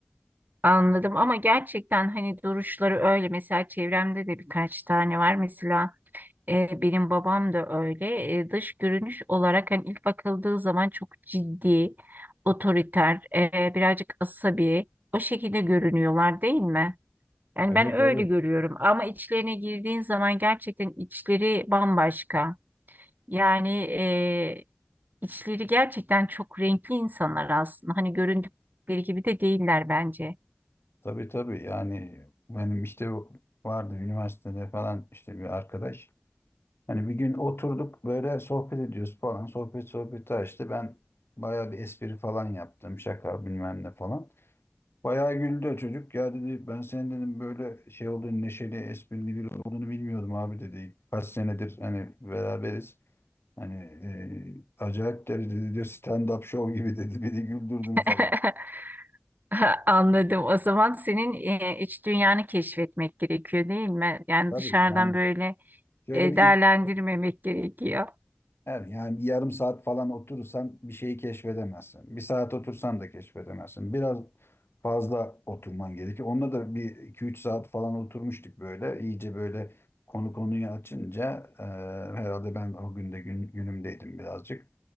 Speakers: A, on the right (about 50°); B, on the left (about 75°).
A: Anladım ama gerçekten hani duruşları öyle mesela çevremde de birkaç tane var mesela e, benim babam da öyle E, dış görünüş olarak hani ilk bakıldığı zaman çok ciddi otoriter e, birazcık asabi o şekilde görünüyorlar değil mi? Yani
B: Evet
A: ben öyle
B: evet.
A: görüyorum ama içlerine girdiğin zaman gerçekten içleri bambaşka yani e, içleri gerçekten çok renkli insanlar aslında hani göründükleri gibi de değiller bence.
B: Tabii tabii yani benim işte vardı üniversitede falan işte bir arkadaş. Hani bir gün oturduk böyle sohbet ediyoruz falan. Sohbet sohbeti açtı. Ben bayağı bir espri falan yaptım. Şaka bilmem ne falan. Bayağı güldü o çocuk. Ya dedi ben senin dedim böyle şey olduğunu neşeli esprili biri olduğunu bilmiyordum abi dedi. Kaç senedir hani beraberiz. Hani e, acayip derecede diyor stand-up show gibi dedi. Beni güldürdün
A: <laughs>
B: falan.
A: <laughs> Anladım. O zaman senin e, iç dünyanı keşfetmek gerekiyor değil mi? Yani
B: Tabii
A: dışarıdan
B: yani
A: böyle
B: şöyle
A: e,
B: bir
A: değerlendirmemek
B: ilk
A: gerekiyor.
B: Evet, yani bir yarım saat falan oturursan bir şeyi keşfedemezsin. Bir saat otursan da keşfedemezsin. Biraz fazla oturman gerekiyor. Onunla da bir iki üç saat falan oturmuştuk böyle. İyice böyle konu konuyu açınca e, herhalde ben o günde gün, günümdeydim birazcık.